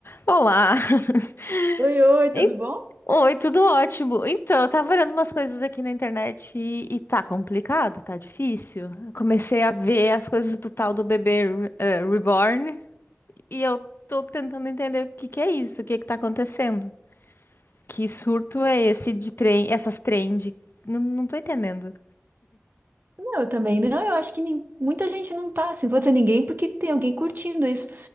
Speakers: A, on the left (about 55°); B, on the right (about 45°).
A: Olá! <laughs>
B: Oi, oi, tudo
A: En-
B: bom?
A: Oi, tudo ótimo. Então, eu tava olhando umas coisas aqui na internet e, e tá complicado, tá difícil. Eu comecei a ver as coisas do tal do bebê eh, reborn e eu tô tentando entender o que que é isso, o que que tá acontecendo. Que surto é esse de trem, essas trend? Não, não tô entendendo.
B: Não, eu também não. Eu acho que nin- muita gente não tá, assim, vou dizer ninguém porque tem alguém curtindo isso.